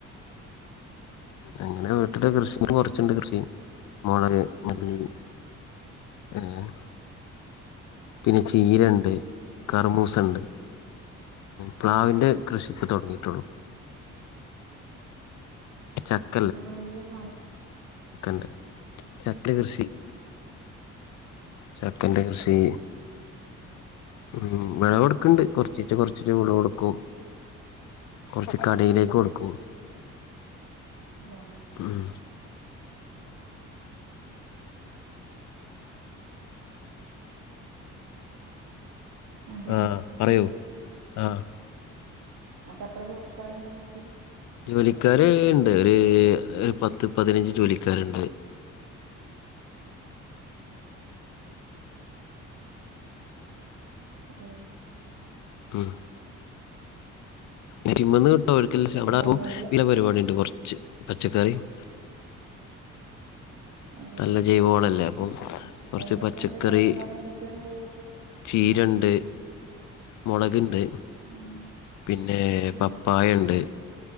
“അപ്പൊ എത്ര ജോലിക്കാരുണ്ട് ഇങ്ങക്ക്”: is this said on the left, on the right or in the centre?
Right